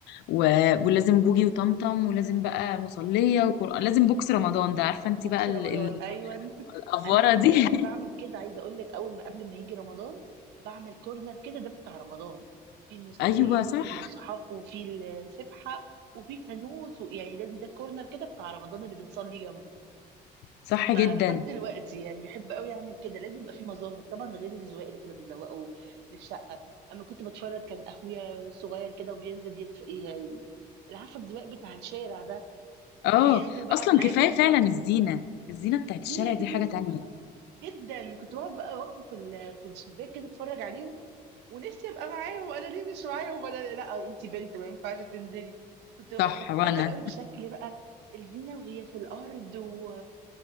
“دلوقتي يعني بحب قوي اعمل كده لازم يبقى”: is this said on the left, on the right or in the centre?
Right